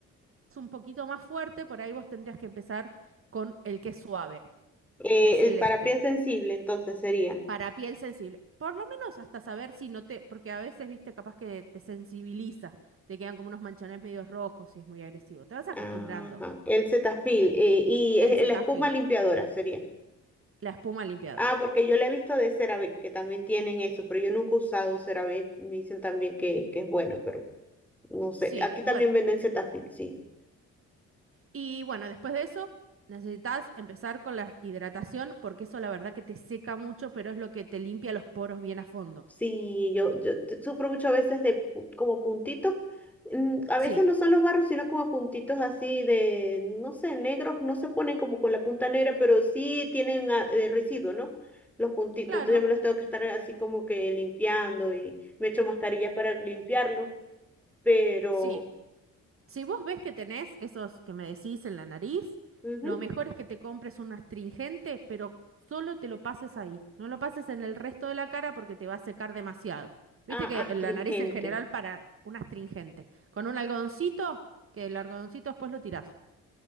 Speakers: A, on the right (about 45°); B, in the centre.
A: un poquito más fuerte, por ahí vos tendrías que empezar con el que es suave,
B: Eh,
A: que es
B: el
A: el
B: para
A: este,
B: piel sensible, entonces sería.
A: para piel sensible. Por lo menos hasta saber si no te, porque a veces, viste, capaz que te sensibiliza, te quedan como unos manchones medios rojos si es muy agresivo. Te vas acostumbrando.
B: Ajá, el Cetaphil eh, y
A: El
B: eh,
A: Cetaphil,
B: la espuma limpiadora sería.
A: la espuma limpiadora.
B: Ah, porque yo la he
A: Y-
B: visto de CeraVe, que también tienen eso, pero yo nunca he usado CeraVe. Me dicen también que, que es bueno, pero no sé.
A: sí,
B: Aquí también
A: bueno.
B: venden Cetaphil, sí.
A: Y bueno, después de eso, necesitas empezar con la hidratación, porque eso la verdad que te seca mucho, pero es lo que te limpia los poros bien a fondo.
B: Sí, yo, yo t- sufro mucho a veces de pu- como puntitos. mm, A
A: Sí,
B: veces no son los barros, sino como puntitos así de, no sé, negros. No se ponen como con la punta negra, pero sí tienen ah, eh, residuo, ¿no? Los puntitos.
A: claro.
B: Entonces yo me los tengo que estar así como que limpiando y me echo mascarilla para limpiarlo, pero...
A: Sí, Si vos ves que tenés esos que me decís en la nariz,
B: ujú.
A: lo mejor es que te compres un astringente, pero solo te lo pases ahí. No lo pases en el resto de la cara porque te va a secar demasiado.
B: Ah,
A: Viste que
B: astringente.
A: en la nariz en general para un astringente. Con un algodoncito, que el algodoncito después lo tirás.